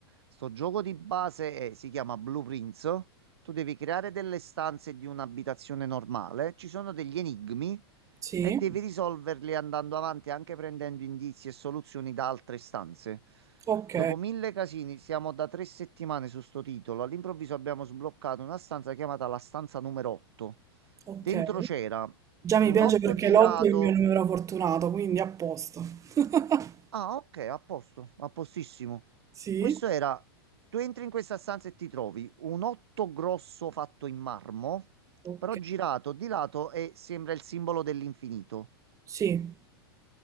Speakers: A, on the right; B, on the right.
A: sto gioco di base è- si chiama Blueprints. Tu devi creare delle stanze di un'abitazione normale. Ci sono degli enigmi
B: Sì?
A: e devi risolverli andando avanti anche prendendo indizi e soluzioni da altre stanze.
B: Ok,
A: Dopo mille casini, siamo da tre settimane su sto titolo. All'improvviso abbiamo sbloccato una stanza chiamata la stanza numero 8.
B: ok.
A: Dentro c'era
B: Già mi
A: un
B: piace
A: otto
B: perché
A: girato.
B: Lotto è il mio numero fortunato, quindi a posto. <laughs>
A: Ah, ok, a posto, a postissimo.
B: Sì?
A: Questo era. Tu entri in questa stanza e ti trovi un otto grosso fatto in marmo,
B: Ok.
A: però girato di lato e sembra il simbolo dell'infinito.
B: Sì,